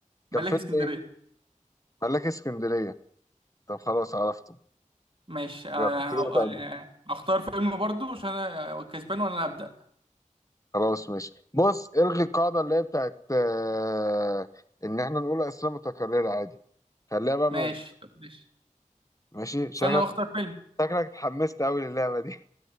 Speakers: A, on the right; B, on the left.
A: ملاك
B: كان فيلم
A: اسكندرية
B: ايه ملاك اسكندريه طب خلاص عرفته
A: ماشي آه،
B: يلا
A: هو-
B: كده
A: آه، هختار فيلم برضه عشان انا كسبان وانا اللي هبدأ
B: خلاص ماشي بص الغي القاعدة اللي هي بتاعت آه، ان احنا نقول اسئلة متكررة عادي خليها بقى
A: ماشي
B: موجودة
A: طب ماشي
B: ماشي شكلك
A: استنى بختار فيلم
B: شكلك اتحمست قوي للعبة دي